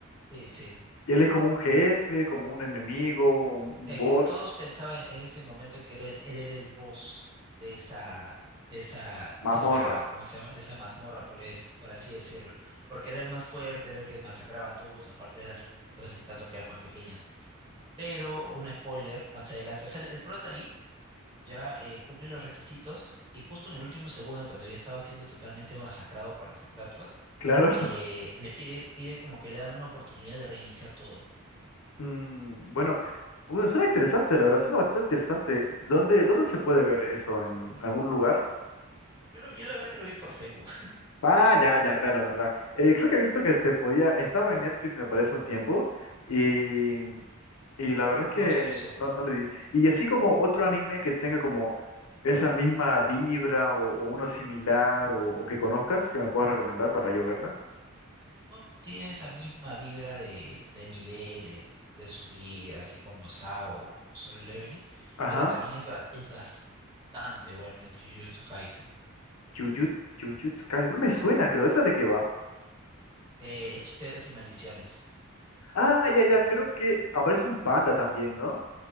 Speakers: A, on the right; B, on the left.
A: sí, sí.
B: Y él es como un jefe, como un enemigo, un, un
A: Es
B: boss,
A: que todos pensaban en ese momento que era- él era el boss de esa, de esa,
B: mazmorra,
A: de esa, ¿cómo se llama? De esa mazmorra, por, es- por así decirlo, porque era el más fuerte, era el que masacraba a todos, aparte de las otras estatuas que eran más pequeñas. Pero, un spoiler, más adelante, o sea, el, el prota ahí ya eh, cumple los requisitos y justo en el último segundo, cuando ya estaba siendo totalmente masacrado por las estatuas,
B: claro. <laughs>
A: eh, le pide, pide como que le dan una oportunidad de reiniciar todo.
B: Mm, bueno, bueno, suena interesante, la verdad, suena bastante interesante. ¿Dónde, dónde se puede ver eso? ¿En algún lugar?
A: Yo, lo- yo la verdad que lo vi por Facebook,
B: Ah, ya, ya, claro, verdad. Eh, creo que he visto que se podía, estaba en Netflix, me parece, un tiempo, y,
A: <laughs>
B: y la verdad
A: no
B: es que
A: estoy seguro.
B: no, no le di. Y así como otro anime que tenga como esa misma vibra o, o uno similar o, o que conozcas, que me puedas recomendar para yo verla.
A: No tiene esa misma vibra de, de niveles, de subir, así como SAO o o Solo Leveling,
B: Ajá,
A: pero también es, ba- es bastante bueno, es Jujutsu Kaisen.
B: Jujutsu, Jujutsu Kaisen, creo me suena, creo, ¿esa de qué va?
A: Eh, hechiceros y maldiciones.
B: Ah, ya, ya, creo que aparece un panda también, ¿no?